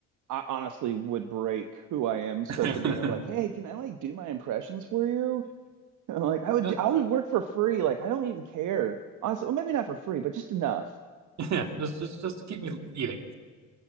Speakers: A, on the right (about 85°); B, on the right (about 65°).
A: I honestly would break who I am supposed
B: <laughs>
A: to be and I'm like, "Hey, can I like do my impressions for you?" <laughs> like I would
B: You're like,
A: I would work for free. Like I don't even care. Honestly, well, maybe not for free, but just enough.
B: yeah, just, just just to keep me eating.